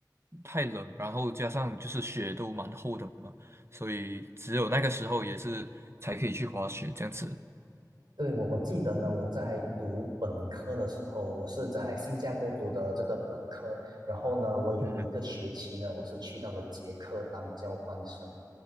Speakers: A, on the right; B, on the right.
A: 太冷，然后加上就是雪都蛮厚的嘛，所以只有那个时候也是才可以去滑雪这样子。
B: 对，我我记得呢，我在读本科的时候，我是在新加坡读的这个本科，然后呢，我有一个学期呢，
A: 嗯哼，
B: 我是去到了捷克当交换生，